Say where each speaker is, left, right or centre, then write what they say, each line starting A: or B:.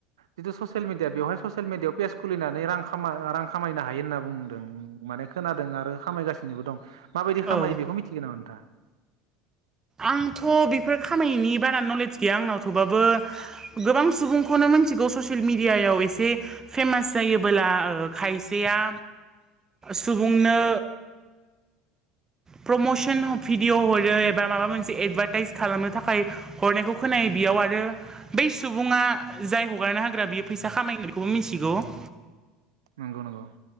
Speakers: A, on the right; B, on the right.
A: जिथु ससियेल मिडिया बेवहाय ससियेल मिडियायाव पेज खुलिनानै रां खामा रां खामायनो हायो होनना बुंदों माने खोनादों आरो खामायगासिनोबो दं माबायदि खामायो
B: औ
A: बेखौ मिथिगोन नामा नोंथाङा?
B: आंथ' बेफोर खामायनायनि बारा नलेज गैया आंनाव थेवबाबो गोबां सुबुंखौनो मिथिगौ ससेयेल मिदियायाव एसे फेमास जायोबोला ओ खायसेया सुबुंनो प्रमसन भिडिअ' हरो एबा माबा मोनसे एदभार्टाइस खालामनो थाखाय हरनायखौ खोनायो। बेयाव आरो बै सुबुङा जाय हगारनो होग्रा बियो फैसा खामायगोन बेखौबो मिथिगौ। <inaudible>
A: नंगौ नंगौ।